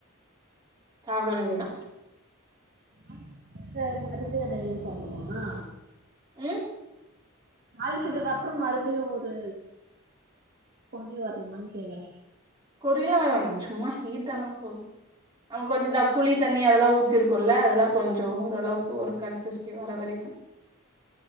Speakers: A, on the right; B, on the right.
A: சாப்ட வேண்டியதா
B: அந்த மருந்து அத யூஸ்ன்னணுமா
A: உம்
B: அல்சிட்டுதக்கு கப்புறோ மறுபடியு ஒரு கொதி வரணுமான்னு கேக்குறே
A: கொரியலா வர வேணா சும்மா ஹீட்டா ஆனா போது நம்ம கொஞ்ஞதா புளி தண் தண்ணி அதெல்லா ஊத்திருக்கல்ல அதெல்லா கொஞ்சோ ஓரளவுக்கு ஒரு கன்சஸ்டி வர வரைக்கு